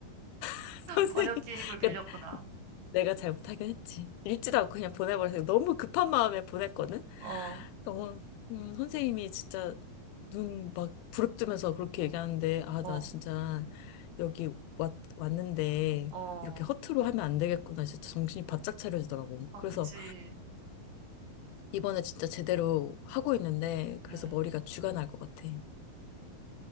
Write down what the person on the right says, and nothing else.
번역기 힘을 빌렸구나.
어,
어,
어,
어,
어
그치.
음